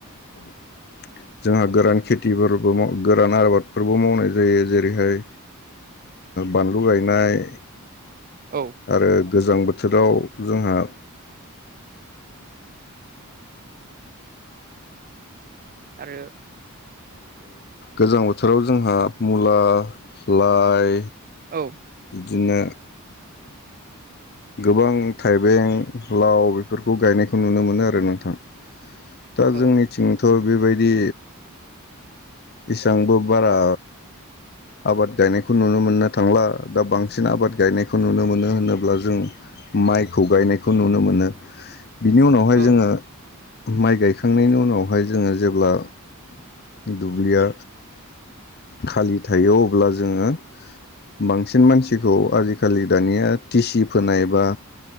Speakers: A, on the left (about 45°); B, on the right (about 40°).
A: <unintelligible> जोंहा गोरान खेथिफोरबो माव गोरान आबादफोरबो मावनाय जायो जेरैहाय बानलु गायनाय
B: औ
A: आरो गोजां बोथोराव जोंहा
B: आरो
A: गोजां बोथोराव जोंहा मुला लाइ
B: औ
A: बिदिनो गोबां थाइबें लाव बेफोरखौ गायनायखौ नुनो मोनो आरो नोंथां दा
B: औ
A: जोंनिथिंथ' बेबायदि इसांबो बारा आबाद गायनायखौ नुनो मोननो थांला दा बांसिन आबाद गायनायखौ नुनो मोनो होनोब्ला जों माइखौ गायनायखौ नुनो मोनो बिनि उनावहाय
B: औ
A: जोङो माइ गायखांनायनि उनावहाय जोङो जेब्ला दुब्लिया खालि थायो अब्ला जोङो बांसिन मानसिखौ आजिखालि दानिया टिसि फोनाय बा